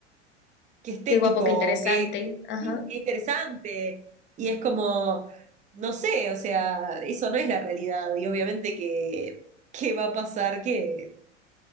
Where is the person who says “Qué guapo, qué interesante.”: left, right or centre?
Left